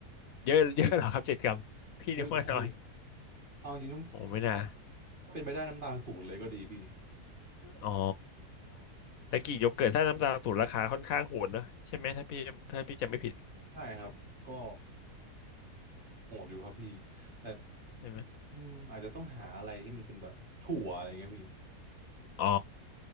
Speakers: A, on the left; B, on the right.
A: เยอะ <laughs> เยอะเหรอครับเจ็ดกรัมพี่นึกว่าน้อย
B: เยอะอยู่ครับพี่เอาจริงๆน้
A: โอ้ไม่น่า
B: ำถ้าเป็นไปได้น้ำตาลศูนย์เลยก็ดีพี่
A: อ๋อแต่กี่โยเกิร์ตถ้าน้ำตาลถูกราคาค่อนข้างโหดเนอะใช่ไหมถ้าพี่ถ้าพี่จำไม่ผิด
B: ใช่ครับก็โหดอยู่ครับพี่แต่
A: ใช่ไหม
B: อืมอาจจะต้องหาอะไรที่มันเป็นแบบถั่วอะไรเงี้ยพี่
A: อ๋อ